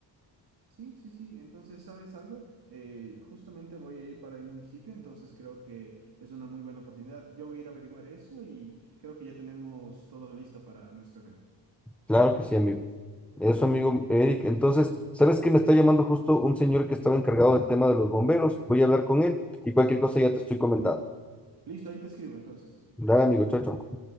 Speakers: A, on the right; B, in the centre.
A: Sí, sí, sí. Entonces, ¿sabes algo? Eh, justamente voy a ir para el municipio, entonces creo que es una muy buena oportunidad. Yo voy a ir a averiguar eso y creo que ya tenemos todo listo para nuestro evento.
B: Claro que sí, amigo. Eso, amigo Eric. Entonces, ¿sabes que Me está llamando justo un señor que estaba encargado del tema de los bomberos. Voy a hablar con él y cualquier cosa ya te estoy comentando.
A: Listo, ahí te escribo entonces.
B: Dale, amigo, chao, chao.